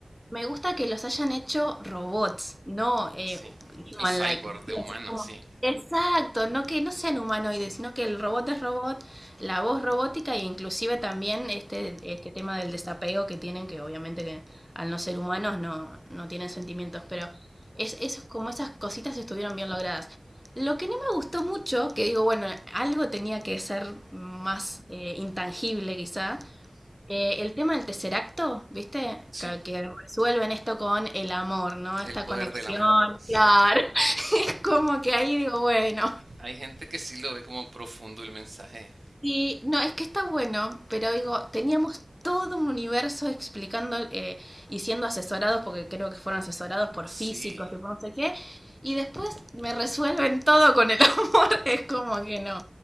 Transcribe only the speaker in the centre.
Me gusta que los hayan hecho robots, no eh,
human-like.
¿Viste?
Así como-
Exacto, no que no sean humanoides, sino que el robot es robot, la voz robótica e inclusive también este, este tema del desapego que tienen, que obviamente que al no ser humanos no, no tienen sentimientos, pero es, es como esas cositas estuvieron bien logradas. Lo que no me gustó mucho, que digo, bueno, algo tenía que ser más eh, intangible quizá, eh, el tema del tercer acto, ¿viste?
Que, que resuelven esto con el amor, ¿no? Esta
conexión,
claro. <laughs> Es como que ahí digo, bueno,
Sí, no, es que está bueno, pero digo, teníamos todo un universo explicando eh, y siendo asesorados, porque creo que fueron asesorados por
físicos y por no sé qué, y después me resuelven todo con el <laughs> amor, es como que no.